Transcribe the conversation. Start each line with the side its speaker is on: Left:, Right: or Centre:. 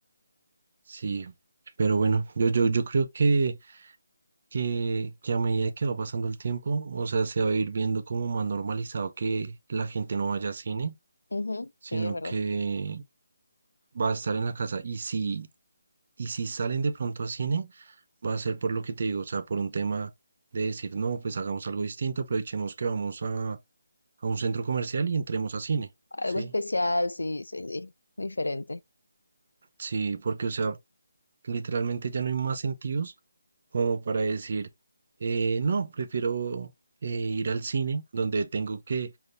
Right: Sí, pero bueno, yo, yo, yo creo que, que, que a medida que va pasando el tiempo, o sea, se va a ir viendo como más normalizado que la gente no vaya a cine,
Left: Ujú,
Right: sino
Left: Sí, es verdad.
Right: que va a estar en la casa. Y si, y si salen de pronto a cine, va a ser por lo que te digo, o sea, por un tema de decir, no, pues hagamos algo distinto, aprovechemos que vamos a, a un centro comercial y entremos a cine,
Left: Algo
Right: ¿sí?
Left: especial, sí, sí, sí, diferente.
Right: Sí, porque, o sea, Literalmente ya no hay más sentidos como para decir, eh, no, prefiero eh, ir al cine donde tengo que